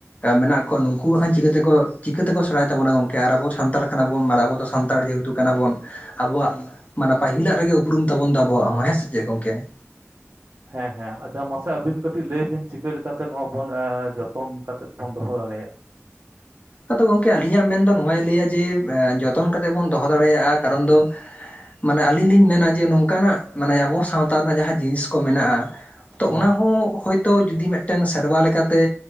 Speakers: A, on the left (about 30°); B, on the right (about 60°).
A: ᱢᱮᱱᱟᱜ ᱠᱚᱣᱟ ᱱᱩᱠᱩ ᱵᱟᱠᱷᱟᱱ ᱪᱤᱠᱟᱹᱛᱮᱠᱚ ᱪᱤᱠᱟᱹᱛᱮᱠᱚ ᱥᱮᱬᱟᱭ ᱛᱟᱵᱚᱱᱟ ᱜᱚᱝᱠᱮ ᱟᱨ ᱟᱵᱚ ᱥᱟᱱᱛᱟᱲ ᱠᱟᱱᱟ ᱵᱚᱱ ᱟᱵᱚ ᱫᱚ ᱥᱟᱱᱛᱟᱲ ᱡᱮᱦᱮᱛᱩ ᱠᱟᱱᱟ ᱵᱚᱱ ᱟᱵᱚᱣᱟᱜ
B: ᱦᱩᱸ
A: ᱢᱟᱱᱮ ᱯᱟᱹᱦᱤᱞᱟᱜ ᱨᱮᱜᱮ ᱩᱯᱩᱢ ᱛᱟᱵᱚᱱ ᱫᱚ ᱟᱵᱚᱣᱟᱜ ᱦᱚᱸ ᱦᱮᱸ ᱥᱮ ᱪᱮᱫ ᱜᱚᱝᱠᱮ?
B: ᱦᱮᱸ ᱦᱮᱸ ᱟᱪᱪᱷᱟ ᱢᱟᱥᱮ ᱟᱹᱵᱤᱱ ᱠᱟᱹᱴᱤᱡ ᱞᱟᱹᱭ ᱵᱤᱱ ᱪᱤᱠᱟᱹ ᱞᱮᱠᱟᱛᱮ ᱱᱚᱣᱟ ᱵᱚᱱ ᱡᱚᱛᱚᱱ ᱠᱟᱛᱮᱫ ᱵᱚᱱ ᱫᱚᱦᱚ ᱫᱟᱲᱮᱭᱟᱜᱼᱟ᱾
A: ᱟᱫᱚ ᱜᱚᱢᱠᱮ ᱟᱹᱞᱤᱧᱟᱜ ᱢᱮᱱ ᱫᱚ ᱱᱚᱟᱭ ᱞᱟᱹᱭᱟ ᱡᱮ ᱡᱚᱛᱚᱱ ᱠᱟᱛᱮᱜ ᱵᱚᱱ ᱫᱚᱦᱚ ᱫᱟᱲᱮᱭᱟᱜᱼᱟ, ᱠᱟᱨᱚᱱ ᱫᱚ ᱢᱟᱱᱮ ᱟᱹᱞᱤᱧ ᱞᱤᱧ ᱢᱮᱱᱟ ᱡᱮ ᱱᱚᱝᱠᱟᱱᱟᱜ ᱢᱟᱱᱮ ᱟᱵᱚ ᱥᱟᱶᱛᱟ ᱨᱮᱱᱟᱜ ᱡᱟᱦᱟᱸ ᱡᱤᱱᱤᱥ ᱠᱚ ᱢᱮᱱᱟᱜᱼᱟ, ᱛᱚ
B: ᱦᱮᱸ
A: ᱚᱱᱟ ᱦᱚᱸ ᱦᱚᱭ ᱛᱚ ᱡᱩᱫᱤ ᱢᱤᱫᱴᱮᱱ ᱥᱮᱨᱣᱟ ᱞᱮᱠᱟᱛᱮ